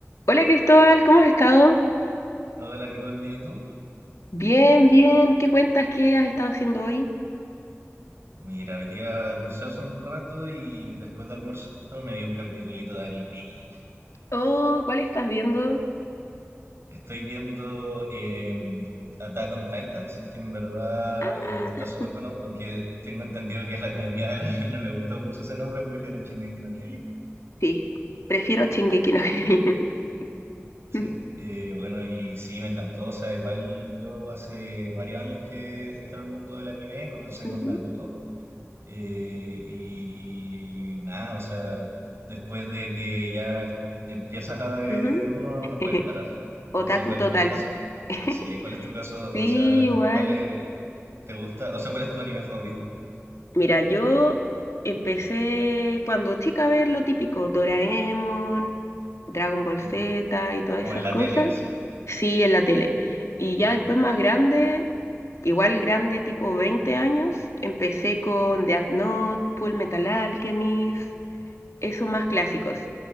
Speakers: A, on the left (about 70°); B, on the right (about 55°).
A: Hola Cristóbal, ¿cómo has estado?
B: Hola Nicole, ¿bien y tú?
A: Bien, bien. ¿Qué cuentas? ¿Qué has estado haciendo hoy?
B: Mira, hoy día almorcé hace un rato y después de almuerzo me vi un capitulito de anime.
A: Oh, ¿cuál estás viendo?
B: Estoy viendo eh, Attack on Titans, que en verdad
A: Ah,
B: eh, está súper bueno, aunque tengo entendido que a la comunidad del anime no le gusta mucho ese nombre, prefieren Shingeki no Kyojin.
A: sí. Prefiero Shingeki no Kyojin.
B: Sí,
A: <laughs>
B: eh, bueno, y sí, me encantó. O sea, igual yo hace varios años que entré al mundo del anime, comencé
A: Ujú,
B: con Naruto. Eh, y nada, o sea, después de que ya es- empiezas a ver
A: ujú.
B: uno,
A: <laughs>
B: no puedes parar. No
A: Otaku
B: sé cuál
A: total.
B: es tu caso.
A: <laughs>
B: Sí, ¿cuál es tu caso?
A: Sí,
B: O sea,
A: igual.
B: ¿cuál es, te gusta? O sea, ¿cuál es tu anime favorito?
A: Mira, yo empecé cuando chica a ver lo típico, Doraemon, Dragon Ball
B: Ya.
A: Z y todas
B: Como
A: esas
B: en la
A: cosas.
B: tele, así.
A: Sí, en la tele. Y ya
B: Ya.
A: después más grande, igual grande, tipo 20 años, empecé con Death Note, Full Metal Alchemist, esos más clásicos.